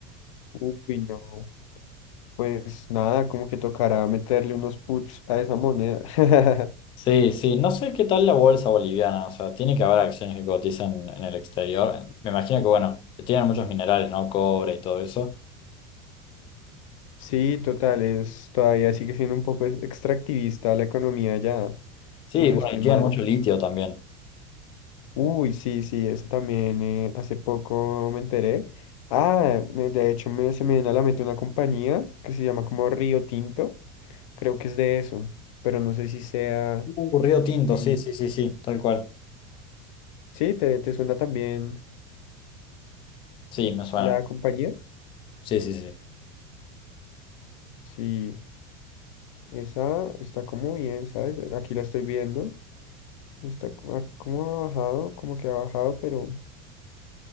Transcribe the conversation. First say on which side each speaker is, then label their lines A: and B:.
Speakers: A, on the left; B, on the left.
A: Uy, no. Pues nada, como que tocará meterle unos puts a esa moneda. <laughs>
B: Sí, sí, no sé qué tal la bolsa boliviana. O sea, tiene que haber acciones que cotizan en el exterior. Me imagino que, bueno, tienen muchos minerales, ¿no? Cobre y todo eso.
A: Sí, total, es, todavía sigue siendo un poco ex- extractivista la economía ya,
B: Sí,
A: si no
B: bueno,
A: estoy
B: y tienen
A: mal.
B: mucho litio también.
A: Uy, sí, sí, eso también eh, hace poco me enteré. Ah, me- de hecho me, se me viene a la mente una compañía que se llama como Río Tinto, creo que es de eso, pero no sé si sea,
B: Uh, Río Tinto,
A: si,
B: sí, sí, sí, sí, tal cual.
A: sí, te, te suena también
B: Sí, me suena.
A: la compañía.
B: Sí, sí, sí. sí.
A: Sí, esa está como bien, ¿sabes? Aquí la estoy viendo, está co- ah, como ha bajado, como que ha bajado, pero...